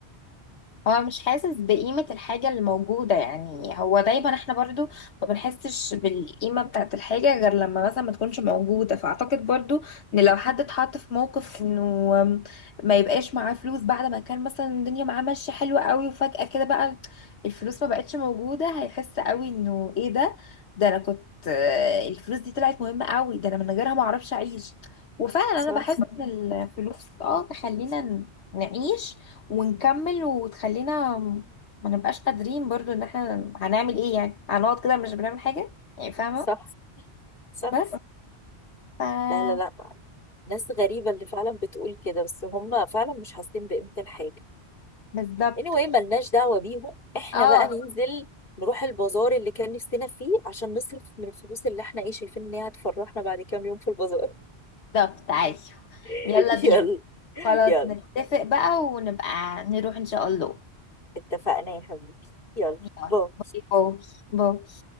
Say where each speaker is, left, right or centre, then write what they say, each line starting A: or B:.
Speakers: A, on the left; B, on the left.
A: هو مش حاسس بقيمة الحاجة اللي موجودة يعني هو دايما احنا برضو ما بنحسش بالقيمة بتاعت الحاجة غير لما مثلا ما تكونش موجودة فأعتقد برضو ان لو حد اتحط في موقف انه ما يبقاش معاه فلوس بعد ما كان مثلا الدنيا معاه ماشية حلوة قوي وفجأة كده بقى الفلوس ما بقتش موجودة هيحس قوي انه ايه ده ده انا كنت آه، الفلوس دي طلعت مهمة قوي ده انا من غيرها ما اعرفش اعيش وفعلا
B: صح
A: انا بحس ان الفلوس اه تخلينا نعيش ونكمل وتخلينا م- ما نبقاش قادرين برضو ان احنا هنعمل ايه يعني هنقعد كده مش بنعمل حاجة يعني فاهمة
B: صح صح
A: بس ف
B: لا لا لا ناس غريبه اللي فعلا بتقول كده بس هم فعلا مش حاسين بقيمه الحاجه
A: بالظبط
B: anyway ملناش دعوة بيهم احنا
A: اه
B: بقى ننزل نروح البازار اللي كان نفسنا فيه عشان نصرف من الفلوس اللي احنا ايه شايفين ان هي هتفرحنا بعد كام يوم في البازار
A: بالظبط عايش
B: <laughs>
A: يلا بينا
B: يلا
A: خلاص
B: يلا
A: نتفق بقى ونبقى نروح ان شاء الله
B: اتفقنا يا حبيبي يلا
A: يلا.
B: باي
A: باي باي باي